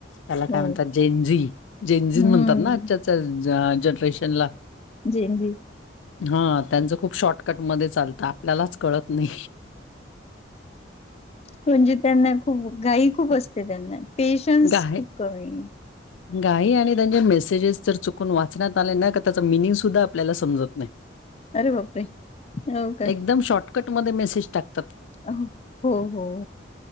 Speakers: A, on the left; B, on the left.
A: त्याला
B: हो
A: काय म्हणतात जेंझी, जेंझी
B: हम्म
A: म्हणतात ना आजच्याच्या जनरेशनला.
B: जेंझी.
A: हा त्यांचं खूप शॉर्टकट मध्ये चालतं आपल्यालाच कळत नाही.
B: म्हणजे त्यांना खूप घाई खूप असते त्यांना. पेशन्स
A: गाय
B: खूप कमी.
A: गाई आणि त्यांचे मेसेजेस जर चुकून वाचण्यात आले ना त्याच मिनिंग सुद्धा आपल्याला समजत नाही. <inaudible>
B: अरे बापरे हो का
A: एकदम शॉर्टकट मध्ये मेसेज टाकत
B: अ हो हो हो.